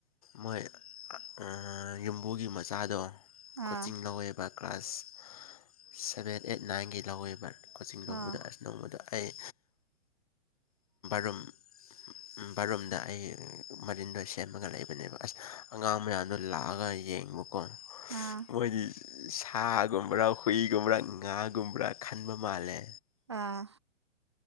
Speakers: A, on the left; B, on the right.
A: ꯃꯣꯏ ꯎꯝ ꯌꯨꯝꯕꯨꯒꯤ ꯃꯆꯥꯗꯣ ꯀꯣꯆꯤꯡ
B: ꯑꯥ
A: ꯂꯧꯋꯦꯕ ꯀ꯭ꯂꯥꯁ ꯁꯚꯦꯟ ꯑꯩꯠ ꯅꯥꯏꯟꯒꯤ ꯂꯧꯋꯦꯕ ꯀꯣꯆꯤꯡ ꯂꯧꯕꯗ
B: ꯑꯥ
A: ꯑꯁ ꯅꯣꯡꯃꯗ ꯑꯩ ꯔꯨꯝ ꯎꯝ ꯕꯥꯠꯔꯨꯝꯗ ꯑꯩ ꯃꯔꯤꯟꯗꯣ ꯁꯦꯝꯃꯒ ꯂꯩꯕꯅꯦꯕ ꯑꯁ ꯑꯉꯥꯡ ꯃꯌꯥꯝꯗꯣ ꯂꯥꯛꯑꯒ ꯌꯦꯡꯕꯀꯣ
B: ꯑꯥ
A: ꯃꯣꯏꯗꯤ ꯁꯥꯒꯨꯝꯕꯔ ꯍꯨꯏꯒꯨꯝꯕ꯭ꯔꯥ ꯉꯥꯒꯨꯝꯕ꯭ꯔꯥ ꯈꯟꯕ ꯃꯥꯜꯂꯦ
B: ꯑꯥ